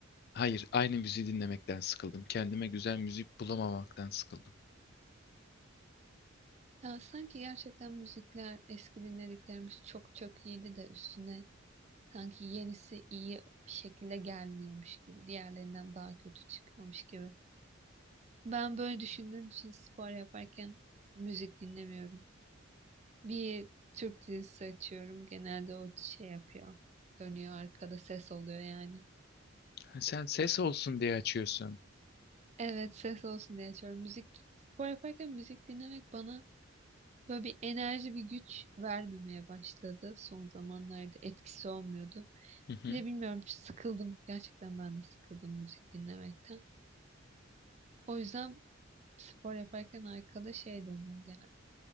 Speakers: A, on the left; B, on the right.
A: Hayır, aynı müziği dinlemekten sıkıldım. Kendime güzel müzik bulamamaktan sıkıldım.
B: Ya sanki gerçekten müzikler, eski dinlediklerimiz çok çok iyiydi de üstüne sanki yenisi iyi bir şekilde gelmiyormuş gibi, diğerlerinden daha kötü çıkıyormuş gibi. Ben böyle düşündüğüm için spor yaparken müzik dinlemiyorum. Bir Türk dizisi açıyorum, genelde o şey yapıyor, dönüyor arkada ses oluyor yani.
A: Ha, Sen ses olsun diye açıyorsun.
B: Evet ses olsun diye açıyorum. Müzik spor yaparken müzik dinlemek bana böyle bir enerji bir güç vermemeye başladı. Son zamanlarda etkisi olmuyordu.
A: Hı hı.
B: Ya bilmiyorum sıkıldım. Gerçekten ben de sıkıldım müzik dinlemekten. O yüzden spor yaparken arkada şey dönüyor gene.